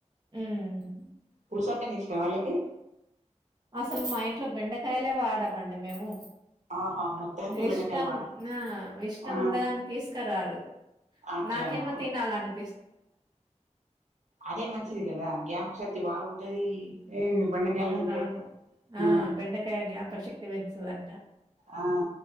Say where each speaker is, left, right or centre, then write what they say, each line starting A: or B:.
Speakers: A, on the right (about 35°); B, on the right (about 75°).
A: హ్మ్.
B: పులుసు అంటే న ఇ ష్ట వాళ్ళకి
A: అసలు మా ఇంట్లో బెండకాయలే వాడమండి మేము.
B: ఆహా మొత్తానికి బెండకాయలు
A: ఇష్టం
B: వా
A: ఆ ఇష్టం
B: ఆ
A: ఉండదని తీసుకురారు.
B: అట్లనా
A: నాకేమో తినాలని
B: అదే మంచిది కదా గ్యామ్ శక్తి బాగుంటది ఏ బెండకాయలు
A: అవునవును.
B: తింటే ఆ
A: బెండకాయ జ్ఞాపక శక్తి పెంచుతదంట.
B: ఆ